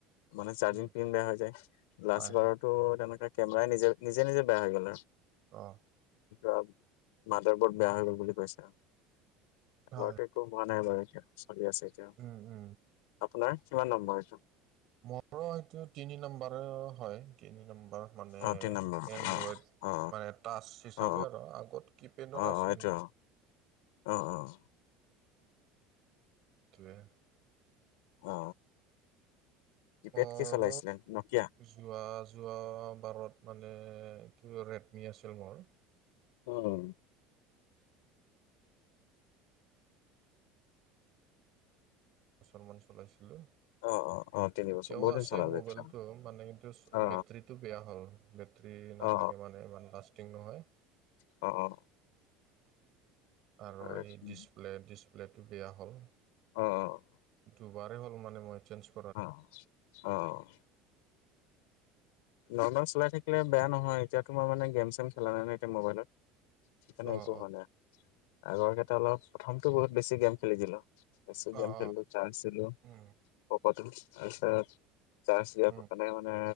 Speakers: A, on the left; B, on the right.
A: মানে, চাৰ্জিং
B: উম
A: পিন বেয়া হৈ যায়, লাষ্ট
B: হয়
A: বাৰত
B: হয়
A: তটো, তেনেকুৱা কেমেৰাই নিজে, নিজে, নিজে, বেয়া হৈ গ'ল আৰু।
B: অ,
A: <inaudible> মাদাৰ বৰ্দ বেয়া হৈ গ'ল বুলি কৈছে আৰু আবাৰ
B: হয়
A: চ'ব হোৱা নাই বাৰু এতিয়া চলি আছে এতিয়া।
B: উম, উম,
A: আপোনাৰ কিমান নম্বৰ এইটো?
B: মোৰো এইটো তিনি নম্বাৰে হয়, তিনি নম্বাৰ মানে
A: অ তিনি নম্বৰ
B: এনড্ৰইড।
A: অ অ
B: মানে টাচ হিচাপে
A: অ অ
B: আৰু আগত কিপেডত
A: অ অ
B: আছিল।
A: এইটো অ, অ, অ,
B: <inaudible>
A: অ, কিপেড
B: মোৰ,
A: কি চলাইছিলে নকিয়া
B: যোৱ, যোৱা বাৰত মানে <inaudible> মোৰ।
A: উম,
B: মুছলমান চলাইছিলোঁ।
A: অ, অ, অ, তিনি
B: এতিয়াও
A: বছৰ বহুত দিন
B: আছে,
A: চলালে
B: মোবাইলতটো
A: তেতিয়া
B: মানে কিন্তু
A: অ
B: বেটৰীতটো বেয়া হ'ল, বেটৰী নাথাকে
A: অ অ
B: মানে, ইমান লাষ্টিং নহয়।
A: অ, অ,
B: আৰু
A: অ
B: এই ডিচপ্লে-ডিচপ্লেটো
A: অ
B: বেয়া হ'ল।
A: অ, অ,
B: দুবাৰে হ'ল মানে মই একচেঞ্জ।
A: অ', অ', অ'। নৰ্মেল চলাই থাকিলে বেয়া নহয়, এতিয়া মানে গেম চেম খেলা নাই নহয় এতিয়া মোবাইলত। এটো
B: অঁ
A: একো হোৱা নাই, আগৰ কেইটা অলপ প্ৰথমটো বহুত বেছি গেম খেলিদিলো। বেছি গেম
B: অঁ অঁ
A: খেলিলো, চাৰ্জ দিলো, <unintelligible>
B: অঁ
A: তাৰপিচত চাৰ্জ দিয়া
B: অঁ
A: মানে